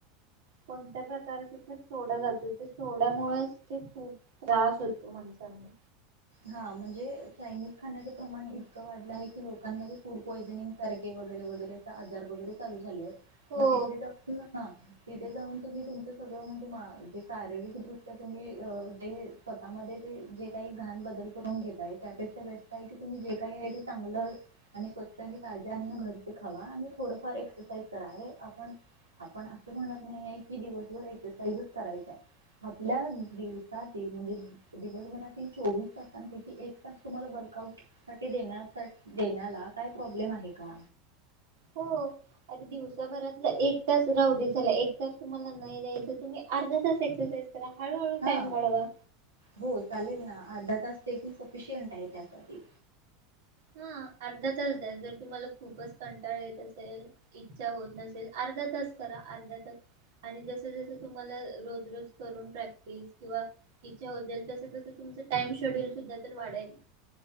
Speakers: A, on the right (about 60°); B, on the right (about 85°).
A: कोणत्या प्रकारच तर सोड जात सोड्यामुळेच ते खूप त्रास होतो माणसांना
B: हा म्हणजे चायनीज खाण्याचं प्रमाण इतकं वाढलं आहे की लोकांमध्ये फूड पॉयझनिंग सारखे वगैरे वगैरे अस आजार वगैरे चालू झाले.
A: हो
B: मग तिथे जाऊ हा तिथे जाऊन तुम्ही तुमच सगळ म्हणजे मा जे शारीरिक दृष्ट्या तुम्ही जे स्वतः मध्ये जे काही घाण बदल करून घेताय त्यापेक्षा बेस्ट आहे की तुम्ही जे काही आहे ते चांगलं आणि स्वच्छ आणि ताज्या अन्न घरचे खावा आणि थोडफार एक्सरसाईज करा अरे आपण आपण असं म्हणत नाहीये की दिवसभर एक्सरसाइजच करायचाय आपल्या दिवसातील म्हणजे दिवसभरात चोवीस तासांसाठी एक तास तुम्हाला वर्कआऊट देण्या देण्याला काय प्रॉब्लेम आहे का?
A: हो अरे दिवसाभरातलं एक तास राहूदे चला एक तास तुम्हाला नाही द्यायचं तुम्ही अर्धा तास एक्सरसाइज हळूहळू
B: हा
A: टाईम वाढवा
B: हो चालेल ना अर्धा तास देखील सफिशियंट आहे त्यासाठी
A: हा अर्धा तास द्या जर तुम्हाला खूपच कंटाळ येत असेल इच्छा होत नसेल अर्धा तास करा अर्धा तास आणि जस जसं तुम्हाला रोज रोज करून प्रॅक्टिस किंवा इच्छा होत जाईल तस तस तुमच टाइम शेड्यल सुद्धा तर वाढेल.